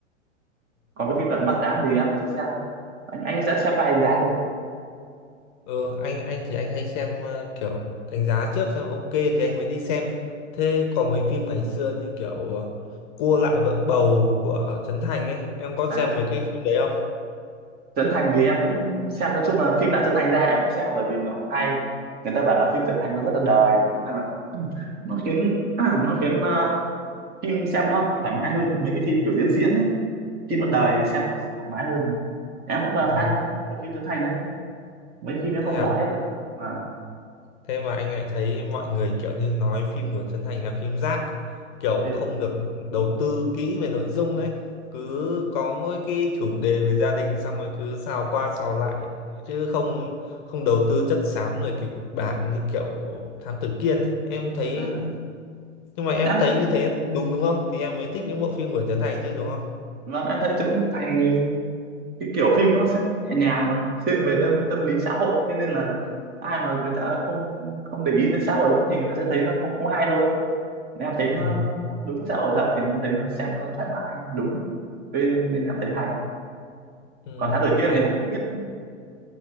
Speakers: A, on the right (about 25°); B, on the left (about 40°).
A: còn cái phim Lật
B: Ờ.
A: Mặt Tám thì em chưa xem anh anh đã xem vai anh giá chưa
B: ờ anh anh thì anh hay xem ờ, kiểu đánh giá trước xem ok thì anh mới đi xem. Thế có mấy phim ngày xưa như kiểu ờ, Cua lại vợ bầu của Trấn Thành ấy, em có
A: à
B: xem mấy cái phim đấy không?
A: Trấn Thành thì em cũng xem nói chung là phim nào Trấn Thành ra em cũng xem bởi vì nó cũng hay người ta bảo là phim Trấn Thành nó rất là đời nên là <clears throat> nó khiến <clears throat> nó khiến ờ, phim xem nó thoải mái hơn mấy cái phim kiểu diễn diễn ấy phim nó đời thì xem nó thoải mái hơn em cũng là
B: Ừ,
A: fan của phim Trấn Thành đấy mấy phim em
B: thế
A: không
B: à?
A: bỏ hết rồi à,
B: thế mà anh lại thấy mọi người kiểu như nói phim của Trấn Thành là phim rác kiểu
A: ừ.
B: không được đầu tư kỹ về nội dung ấy cứ có mỗi cái chủ đề về gia đình xong rồi cứ xào qua xào lại chứ không không đầu tư chất xám rồi kịch bản như kiểu Thám Tử Kiên ấy em thấy
A: à.
B: nhưng mà em
A: em
B: thấy
A: cũng
B: như thế đúng đúng không thì em mới thích những bộ phim của Trấn Thành chứ đúng không
A: vâng em thấy Trấn Thành thì cái kiểu phim nó sẽ nhẹ nhàng mà thiên về tâm tâm lý xã hội thế nên là ai mà người ta không không để ý đến xã hội lắm thì người ta sẽ thấy nó không không hay thôi còn em thấy
B: ừ,
A: nó, nó, nó đúng xã hội thật thì em thấy nó xem nó thoải mái đúng thế nên em thấy hay
B: ừ.
A: còn Thám Tử Kiên
B: anh
A: thì em không biết